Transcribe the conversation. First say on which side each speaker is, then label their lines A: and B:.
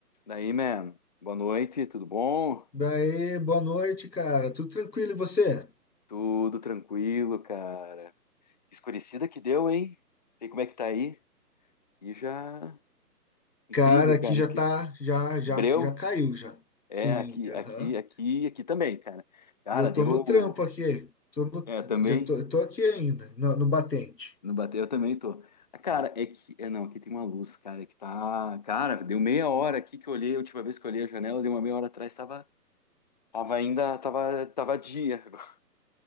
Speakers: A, on the left (about 25°); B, on the left (about 85°).
A: Daí, man, boa noite, tudo bom?
B: Daí, boa noite, cara. Tudo tranquilo e você?
A: Tudo tranquilo, cara. Que escurecida que deu, hein? Sei como é que tá aí. E já incrível,
B: Cara, aqui
A: cara,
B: já
A: que
B: tá, já, já,
A: breu.
B: já caiu já.
A: É
B: Sim,
A: aqui,
B: aham.
A: aqui, aqui, aqui também, cara. Cara,
B: E eu
A: deu
B: tô no trampo aqui. Tô no,
A: é também,
B: já tô, eu tô aqui ainda, no, no batente.
A: não bateu, eu também tô. Ah, cara, é que é não, aqui tem uma luz, cara, que tá, cara, deu meia hora aqui que eu olhei, a última vez que eu olhei a janela, deu uma meia hora atrás, tava tava ainda, tava tava dia. <laughs>